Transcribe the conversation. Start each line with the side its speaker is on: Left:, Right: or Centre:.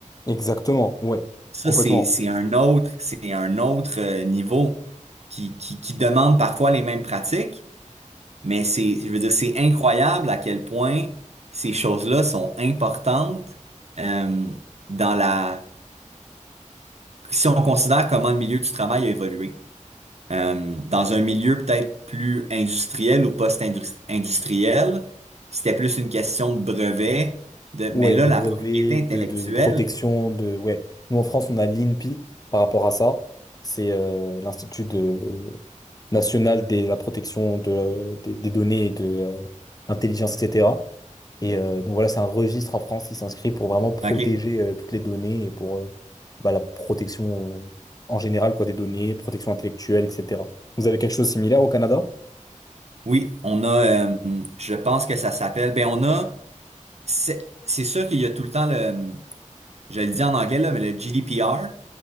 Left: Exactement, ouais,
Right: Ça,
Left: complètement.
Right: c'est, c'est un autre, c'est un autre euh, niveau qui, qui, qui demande parfois les mêmes pratiques, mais c'est, je veux dire, c'est incroyable à quel point ces choses-là sont importantes euh, dans la, si on considère comment le milieu du travail a évolué. Euh, dans un milieu peut-être plus industriel ou post-industriel, c'était plus une question de brevet. De... Mais
Left: Ouais,
Right: là,
Left: de
Right: la
Left: brevets,
Right: propriété intellectuelle,
Left: de, de- de protection, de ouais. Nous en France, on a l'INPI par rapport à ça. C'est euh, l'Institut de, nationale de la protection de, des, des données et de euh, l'intelligence, etc. Et euh, donc voilà, c'est un registre en France qui s'inscrit pour vraiment protéger
Right: OK.
Left: euh, toutes les données et pour euh, bah, la protection en général quoi, des données, protection intellectuelle, etc. Vous avez quelque chose de similaire au Canada?
Right: Oui, on a, euh, je pense que ça s'appelle, ben on a, c'est c'est sûr qu'il y a tout le temps le, je le dis en anglais là, mais le GDPR,